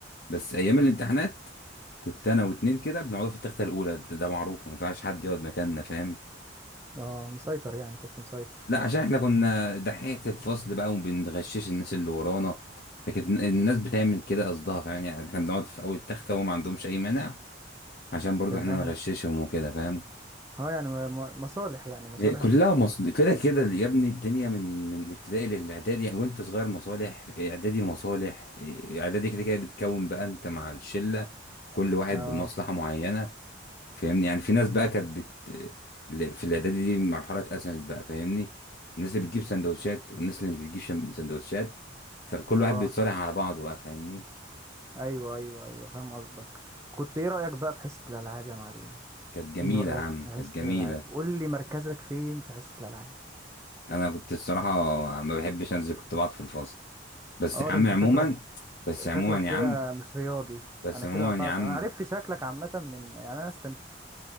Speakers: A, on the left (about 50°); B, on the right (about 15°).
A: بس ايام الامتحانات كنت انا واتنين كده بنقعد في التخته الاولى ده ده معروف ما ينفعش حد يقعد مكاننا فاهم
B: اه مسيطر يعني كنت مسيطر
A: لا عشان احنا كنا دحيحه الفصل بقى وبنغشش الناس اللي ورانا فكانت الن- الناس بتعمل كده قصدها فاهم يعني احنا بنقعد في اول تخته وهم ما عندهمش اي مانع عشان برضو
B: تمام
A: احنا نغششهم وكده فاهم
B: اه يعني م- م- مصالح يعني مصالح
A: إيه، كلها
B: بتتصالح
A: مصل كده كده يا ابني الدنيا من من الابتدائي للاعدادي يعني وانت صغير مصالح إيه، اعدادي مصالح إيه، اعدادي كده كده بتكون بقى انت مع الشله كل واحد
B: اه
A: بمصلحه معينه فاهمني يعني في ناس بقى كانت بت ل- في الاعدادي دي مرحله اتقسمت بقى فاهمني الناس اللي بتجيب سندوتشات والناس اللي مش بتجيب شم- سندوتشات فكل
B: اه
A: واحد بيتصالح على بعضه بقى فاهمني
B: ايوه ايوه ايوه فاهم قصدك كنت ايه رأيك بقى في حصة الالعاب يا معلم
A: كانت جميله
B: ايه رأيك
A: يا عم
B: في
A: كانت
B: حصة
A: جميله
B: الالعاب قول لي مركزك فين في حصة الالعاب
A: انا كنت الصراحه ما بحبش انزل كنت بقعد في الفصل بس
B: اه
A: يا عم
B: ده انت
A: عموما
B: شكلك
A: بس
B: شكلك
A: عموما يا
B: كده
A: عم
B: مش رياضي
A: بس
B: انا
A: عموما
B: كده قطعت
A: يا عم
B: انا عرفت شكلك عامة من يعني انا استنتجت